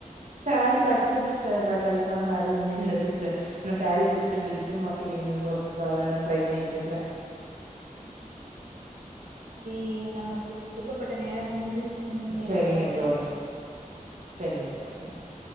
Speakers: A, on the right; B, on the right.
A: டேலி படிச்சே சிஸ்டர் பட் அதுக்கான வேல்யூ ஒன்னு இல்ல சிஸ்டர் நான் டேலி படிச் சிஸ்டர் டிஜிட்டல்
B: ஆ
A: மார்கெட்டிங் ஒர்க்குக்காகதா நா ட்ரை பண்ணிட்ருக்க
B: ம் சரி நமக்கு ஒதுக்கப்பட்ட நேரம் முடிஞ்சிருச்சு மீண்டும் வேறொரு
A: சரிங்க
B: அழைப்பில
A: தோழி
B: சந்திப்போ நன்றி தோழி
A: சரிங்க தோ நன்றி